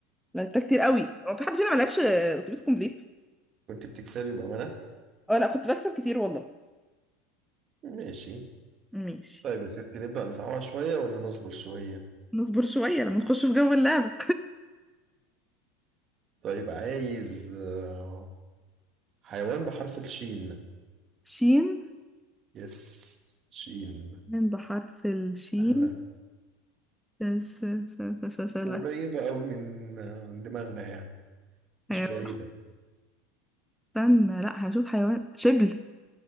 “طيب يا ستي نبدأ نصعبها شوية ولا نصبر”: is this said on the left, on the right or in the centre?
Right